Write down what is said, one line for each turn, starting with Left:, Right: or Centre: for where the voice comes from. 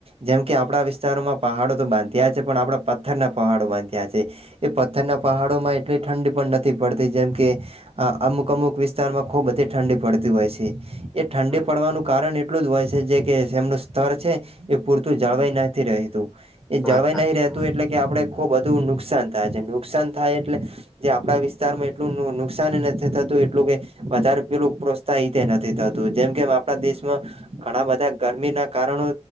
Right: જેમ કે આપણા વિસ્તારોમાં પહાડો તો બાંધ્યા છે પણ આપણા પથ્થરના પહાડો બાંધ્યા છે એ પથ્થરના પહાડોમાં એટલે ઠંડી પણ નથી પડતી જેમ કે અમુક અમુક વિસ્તારમાં ખૂબધી ઠંડી પડતી હોય છે એ ઠંડે
Centre: હમ
Right: પડવાનું કારણ એટલું જ હોય છે જે કેમનું સ્તર છે એ પૂરતું જળવાઈ નથી રતું એ
Centre: વાત
Right: જળવાઈ
Centre: સાચી
Right: નહિ રહેતું
Centre: તમારી.
Right: એટલે કે આપડે ખુબ બધું નુકસાન થાય છે નુકસાન થાય એટલે જે આપડા વિસ્તારમાં એટલું નુકસાન નથી થતું એટલું કે વધારે પેલું પ્રોત્સાહિત નથી થતું જેમ કેમ આપણા
Centre: હમ
Right: દેશમાં ઘણા બધા ગરમી ના કારણો